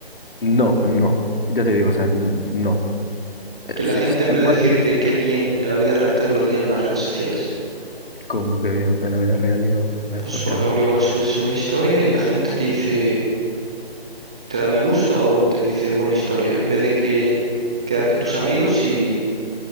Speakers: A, on the left; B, in the centre.
A: No, no, ya te digo, o sea, n- no, Eh,
B: Que la
A: si-
B: gente
A: si
B: en
A: tal
B: vez
A: cual
B: de decirte qué bien en la vida real te lo diga en las redes sociales.
A: como que bien, en la vida real y en las redes
B: Pues
A: sociales.
B: por ejemplo, igual subes una historia y la gente te dice, te da me gusta o te dice buena historia, en vez de que quedar con tus amigos y